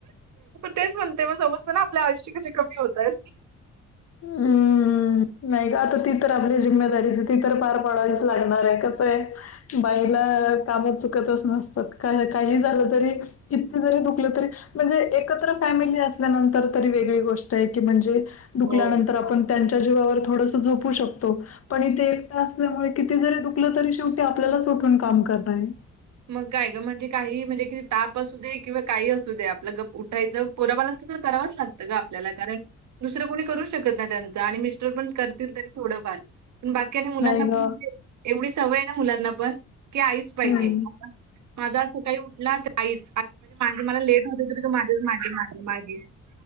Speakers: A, on the right (about 70°); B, on the left (about 50°).
A: तेच म्हणते मग समजत ना आपल्या आयुष्य कसे कमी होतय.
B: हम. नाही ग आता ती तर आपली जिम्मेदारीच ती तर पार पाडावीच लागणार आहे. कसं आहे बाईला कामात चुकतच नसतात का काही झालं तरी किती जरी दुकलं तरी म्हणजे एकत्र फॅमिली असल्यानंतर तरी वेगळी गोष्ट आहे की म्हणजे दुखल्यानंतर
A: हो
B: आपण त्यांच्या जीवावर थोडस झोपू शकतो. पण इथे एकटा असल्यामुळे किती जरी दुखलं तरी शेवटी आपल्यालाच उठून काम करण आहे.
A: मग काय ग म्हणजे काही म्हणजे किती ताप असू दे किंवा काही असू दे आपलं ग उठायचं. पोराबालाच तर करावच लागतं ग आपल्याला कारण दुसरं कोणी करू शकत ना त्यांच आणि मिस्टर पण करतील तरी थोडंफार, पण बाकी मुलांना
B: नाही
A: पण
B: ग
A: <unintelligible> एवढी सवय आहे ना मुलांना पण की आईच पाहिजे.
B: हम्म
A: आता माझा असं काही उठला आईच आ. ण मागे मला लेट होते तरी तू माझेच मागे मागे मागे